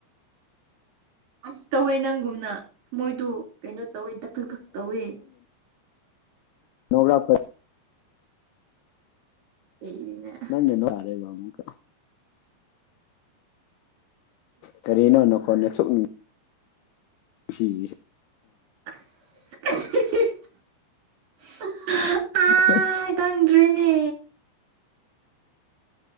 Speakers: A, on the right (about 55°); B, on the left (about 85°).
A: ꯑꯁ ꯇꯧꯋꯦ ꯅꯪꯒꯨꯝꯅ ꯃꯣꯏꯗꯨ ꯀꯩꯅꯣ ꯇꯧꯋꯦ ꯗꯛ ꯗꯛ ꯊꯛ ꯇꯧꯋꯦ
B: ꯅꯣꯛꯔꯛꯄꯗ
A: ꯏꯅ
B: ꯅꯪꯒꯤ ꯅꯨꯋꯥꯔꯦꯕ ꯑꯃꯨꯛꯀ ꯀꯔꯤꯅꯣ ꯅꯈꯣꯟ ꯑꯁꯨꯛ ꯅꯨꯡ ꯏꯁꯤꯒꯤꯁꯦ
A: <unintelligible>
B: <inaudible>
A: ꯑꯥ ꯈꯪꯗ꯭ꯔꯦꯅꯦ